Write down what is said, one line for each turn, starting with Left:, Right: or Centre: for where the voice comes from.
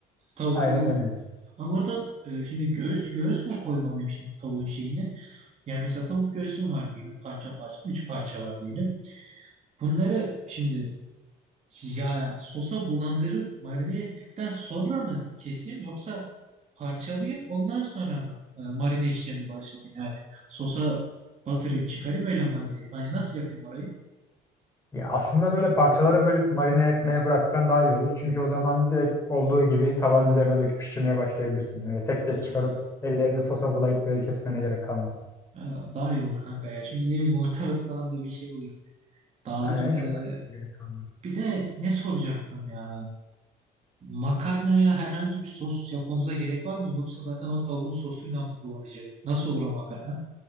Right: Tavuklu
Left: Aynen öyle.
Right: Ha bu arada e, şimdi göğüs göğüs mü koymalıyım şimdi tavuğun şeyini? Yani mesela tavuk göğsüm var diyelim parça parça. Üç parça var diyelim. Bunları şimdi Ya sosa bulandırıp marine ettikten sonra mı keseyim yoksa parçalayayım ondan sonra mı e, marine işlemini başlatayım yani sosa batırayım çıkarayım öyle marine edeyim. Hani nasıl yapayım orayı?
Left: Ya aslında böyle parçalara bölüp marine etmeye bıraksan daha iyi olur. Çünkü o zaman direkt olduğu gibi tavanın üzerine döküp pişirmeye başlayabilirsin. Böyle tek tek
Right: Ha,
Left: çıkarıp ellerini sosa bulayıp böyle kesmene gerek kalmaz.
Right: ha, daha iyi olur kanka ya. Şimdi ne bileyim ortalık falan da bir şey olur. Dağılır.
Left: Aynen hiç uğraşmana
Right: E,
Left: gerek kalmaz.
Right: bir de ne soracaktım ya? Makarnaya herhangi bir sos yapmamıza gerek var mı? Yoksa zaten o tavuğun sosuyla mı kullanacak? Nasıl olur o makarna?